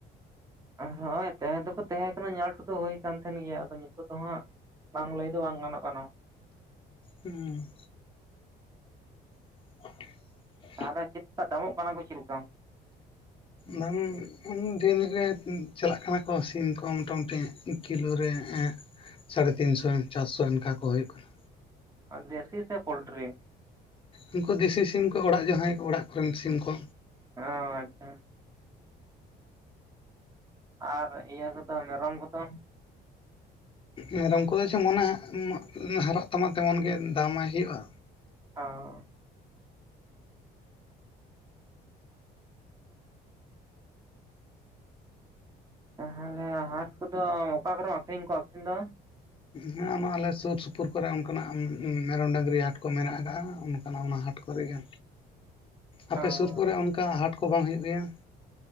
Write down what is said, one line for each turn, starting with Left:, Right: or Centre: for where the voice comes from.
Right: ᱦᱳᱭ ᱛᱟᱦᱮᱸ ᱫᱚᱠᱚ ᱛᱟᱦᱮᱸ ᱠᱟᱱᱟ ᱧᱮᱞ ᱦᱚᱴᱩ ᱫᱚ ᱦᱩᱭ ᱠᱟᱱ ᱛᱟᱦᱮᱸᱱ ᱜᱮᱭᱟ ᱟᱫᱚ ᱱᱤᱛᱳᱜ ᱫᱚ ᱦᱟᱸᱜ ᱵᱟᱝ ᱞᱟᱹᱭ ᱫᱚ ᱵᱟᱝ ᱜᱟᱱᱚᱜ ᱠᱟᱱᱟ᱾
Left: ᱦᱩᱸ᱾ <inaudible>
Right: ᱛᱟᱦᱚᱞᱮ ᱪᱮᱫᱠᱟ ᱫᱟᱢᱚᱜ ᱠᱟᱱᱟ ᱠᱚ ᱪᱮᱫ ᱞᱮᱠᱟ?
Left: ᱫᱟᱢ ᱰᱷᱮᱨ ᱧᱚᱜ ᱜᱮ ᱪᱟᱞᱟᱜ ᱠᱟᱱᱟ ᱠᱚ ᱥᱤᱢ ᱠᱚ ᱢᱚᱴᱟ ᱢᱩᱴᱤ ᱠᱤᱞᱳ ᱨᱮ ᱮᱸ ᱥᱟᱲᱮ ᱛᱤᱱᱥᱚ, ᱪᱟᱥᱥᱚ ᱚᱝᱠᱟ ᱠᱚ ᱦᱳᱭᱳᱜ ᱠᱟᱱᱟ᱾
Right: ᱟᱨ ᱫᱮᱥᱤ ᱥᱮ ᱯᱳᱞᱴᱨᱤ?
Left: ᱩᱝᱠᱩ ᱫᱤᱥᱤ ᱥᱤᱢ ᱠᱚ ᱚᱲᱟᱜ ᱡᱟᱦᱟᱸᱭ ᱚᱲᱟᱜ ᱠᱚᱨᱮᱱ ᱥᱤᱢ ᱠᱚ᱾
Right: ᱚᱸᱻ ᱟᱪᱪᱷᱟ᱾ ᱟᱨ ᱤᱭᱟᱹ ᱠᱚᱫᱚ ᱢᱮᱨᱚᱢ ᱠᱚᱫᱚ?
Left: ᱢᱮᱨᱚᱢ ᱠᱚᱫᱚ ᱡᱮᱢᱚᱱᱮ ᱦᱟᱨᱟᱜ ᱛᱟᱢᱟ ᱛᱮᱢᱚᱱ ᱜᱮ ᱫᱟᱢᱟᱭ ᱦᱩᱭᱩᱜᱼᱟ᱾
Right: ᱚᱻ᱾ ᱛᱟᱦᱚᱞᱮ ᱦᱟᱴ ᱠᱚᱫᱚ ᱚᱠᱟ ᱠᱚᱨᱮᱢ ᱟᱠᱷᱨᱤᱧ ᱠᱚᱣᱟᱢ ᱟᱠᱷᱨᱤᱧ ᱫᱚ?
Left: ᱦᱮᱸ ᱚᱱᱟ ᱟᱞᱮ ᱥᱩᱨ ᱥᱩᱯᱩᱨ ᱠᱚᱨᱮ ᱚᱱᱠᱟᱱᱟᱜ ᱢᱮᱨᱚᱢ ᱰᱟᱝᱨᱤ ᱦᱟᱴ ᱠᱚ ᱢᱮᱱᱟᱜ ᱟᱠᱟᱜᱼᱟ ᱚᱱ ᱠᱟᱱᱟ ᱚᱱᱟ ᱦᱟᱴ ᱠᱚᱨᱮ ᱜᱮ ᱟᱯᱮ
Right: ᱚ
Left: ᱥᱩᱨ ᱠᱚᱨᱮ ᱚᱱᱠᱟ ᱦᱟᱴ ᱠᱚ ᱵᱟᱝ ᱦᱩᱭᱩᱜ ᱜᱮᱭᱟ?